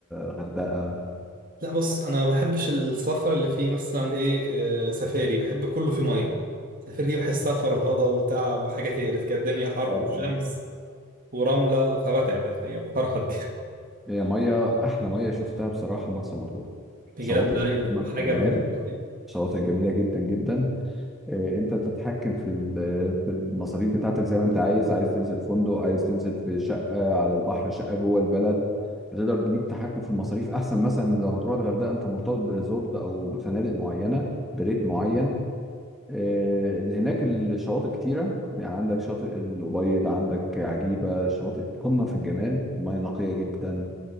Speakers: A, in the centre; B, on the right.
A: غردقة
B: لا بص انا ما بحبش السفر اللي فيه مثلا ايه آه، سفاري بحب كله فيه ميه سفاري دي بحسها فرهضه وتعب وحاجه تقرف كده الدنيا حر
A: اه
B: وشمس ورمله فبتعب الحقيقه بفرهد دي <laughs>
A: هي ميه احلى مرسى مطروح. ميه شفتها بصراحه مرسى مطروح
B: بجد
A: شواطئ
B: ايوه
A: قمه
B: ده
A: في
B: حاجه
A: الجمال
B: بجد الحقيقه
A: شواطئ جميله جدا جدا إيه، انت بتتحكم في ال- في المصاريف بتاعتك زي ما انت عايز عايز تنزل في فندق عايز تنزل في شقه على البحر شقه جوه البلد بتقدر ليك تحكم في المصاريف احسن مثلا من لو هتروح الغردقه انت مرتبط بريزورت او بفنادق معينه بريت معين إيه، هناك الشواطئ كتيره يعني عندك شاطئ الأبيض عندك عجيبه شواطئ قمه في الجمال الميه نقيه جدا